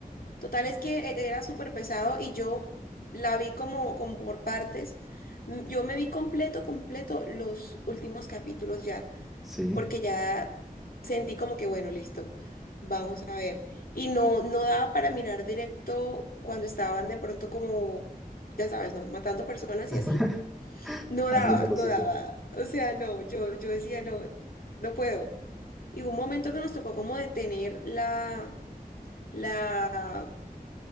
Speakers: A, on the left (about 75°); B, in the centre.
A: Total es que e- era súper pesado y yo la vi como, como por partes. M- Yo me vi completo, completo los últimos capítulos ya,
B: Sí.
A: porque ya sentí como que, bueno, listo, vamos a... Y no, no daba para mirar directo cuando estaban de pronto como, ya sabes, ¿no? Matando personas
B: <laughs>
A: y así. No daba,
B: Haciendo lo
A: no
B: suyo.
A: daba. O sea, no, yo, yo decía, no, no puedo. Y hubo un momento que nos tocó como detener la... la